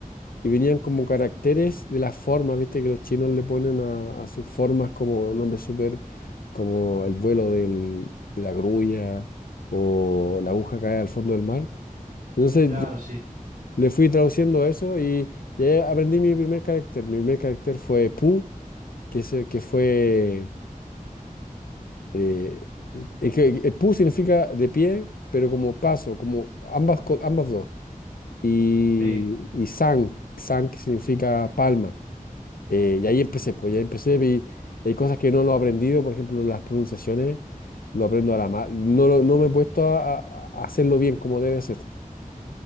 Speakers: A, on the left; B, on the right.
A: y venían como caracteres de las formas, viste que los chinos le ponen a, a sus formas como nombres súper, como el vuelo del- de la grulla o la aguja cae al fondo del mar. Entonces
B: Claro,
A: yo
B: sí,
A: le fui traduciendo eso y, y ahí aprendí mi primer carácter. Mi primer carácter fue Pu, que, se- que fue... eh, es que el Pu significa de pie, pero como paso, como ambas, co- ambas dos. Y,
B: sí,
A: y Sang, Sang que significa palma. Eh, y ahí empecé, pues ya empecé, vi, hay cosas que no lo he aprendido, por ejemplo, las pronunciaciones, lo aprendo a la ma- no, lo- no me he puesto a, a- a hacerlo bien como debe ser.